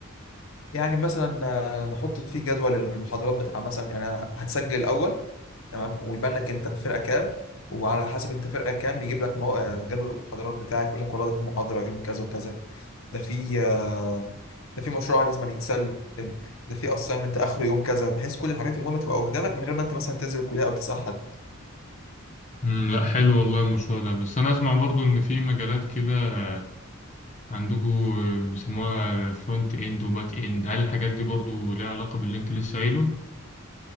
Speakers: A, on the left; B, on the left.
A: يعني مثلا آه، نحط فيه جدول المحاضرات بتاع مثلا يعني أنا هتسجل الاول تمام ويبان لك انت فرقه كام وعلى حسب انت فرقه كام بيجيب لك مو... آه، جدول المحاضرات بتاعك يقول لك والله ده في محاضره يوم كذا وكذا ده في آه، ده في مشروع لازم يتسلم ده في اسايمنت اخر يوم كذا بحيث كل الحاجات المهمه تبقى قدامك من غير ما انت مثلا تنزل الكليه او تسال حد
B: مم، لأ حلو والله المشروع ده بس أنا أسمع برضو إن في مجالات كده عندكو بيسموها فرونت إند وباك إند هل الحاجات دي برضو ليها علاقة باللي أنت لسه قايله؟